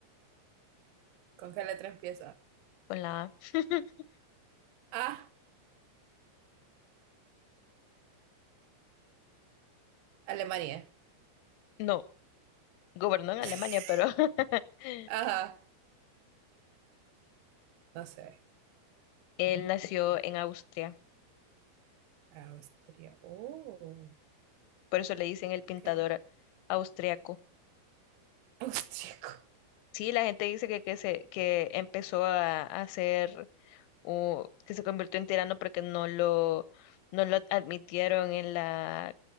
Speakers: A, on the right; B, on the left.
A: ¿Con qué letra empieza?
B: con la A. <laughs>
A: Ah, Alemania.
B: No, gobernó en Alemania,
A: <laughs>
B: pero <laughs>
A: Ajá. No sé.
B: él nació en Austria.
A: Austria. Oh,
B: Por eso le dicen el
A: ok.
B: pintador austriaco.
A: Austriaco. <laughs>
B: Sí, la gente dice que, que, se, que empezó a, a hacer o que se convirtió en tirano porque no lo, no lo admitieron en la,